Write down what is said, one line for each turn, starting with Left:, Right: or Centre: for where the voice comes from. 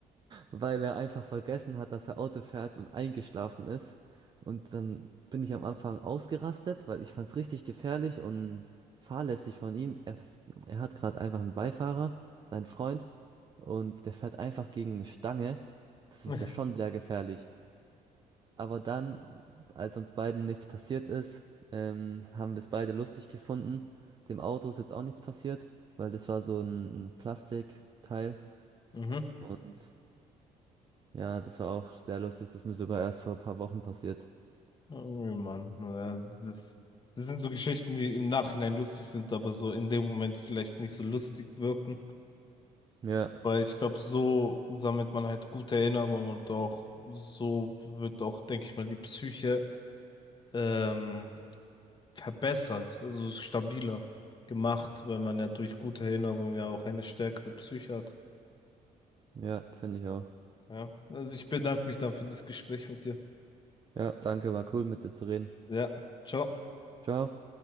Right: weil er einfach vergessen hat, dass er Auto fährt und eingeschlafen ist. Und dann bin ich am Anfang ausgerastet, weil ich fand es richtig gefährlich und fahrlässig von ihm. Er, f- er hat gerade einfach einen Beifahrer, seinen Freund, und der fährt einfach gegen eine Stange. Das
Left: <laughs>
Right: ist ja schon sehr gefährlich. Aber dann, als uns beiden nichts passiert ist, ähm, haben wir es beide lustig gefunden. Dem Auto ist jetzt auch nichts passiert, weil das war so ein, ein Plastikteil.
Left: Mhm.
Right: Und ja, das war auch sehr lustig. Das ist mir sogar erst vor ein paar Wochen passiert.
Left: Oh Mann, ja, das, das sind so Geschichten, die im Nachhinein lustig sind, aber so in dem Moment vielleicht nicht so lustig wirken.
Right: Ja,
Left: Weil ich glaube, so sammelt man halt gute Erinnerungen und auch so wird auch, denke ich mal, die Psyche ähm, verbessert, also stabiler gemacht, weil man ja durch gute Erinnerungen ja auch eine stärkere Psyche hat.
Right: ja, finde ich auch.
Left: Ja, also ich bedanke mich dann für das Gespräch mit dir.
Right: Ja, danke, war cool mit dir zu reden.
Left: Ja, ciao.
Right: Ciao.